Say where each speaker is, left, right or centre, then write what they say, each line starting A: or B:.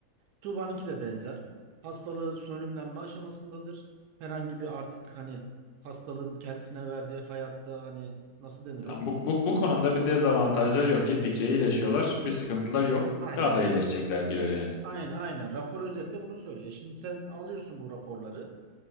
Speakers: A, on the right; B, on the left.
A: Tuğba'nınki de benzer. Hastalığı sönümlenme aşamasındadır. Herhangi bir artık hani hastalığın kendisine verdiği hayatta hani nasıl denir
B: Tamam.
A: o?
B: Bu, bu, bu konumda bir dezavantajlar yok. Gittikçe iyileşiyorlar. Bir sıkıntılar yok.
A: Aynen,
B: Daha da iyileşecekler diyor yani.
A: aynen, aynen. Rapor özetle bunu söylüyor. E Şimdi sen alıyorsun bu raporları.